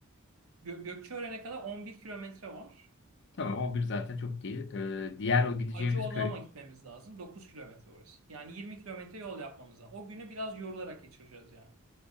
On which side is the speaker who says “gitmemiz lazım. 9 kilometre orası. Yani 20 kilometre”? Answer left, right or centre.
Right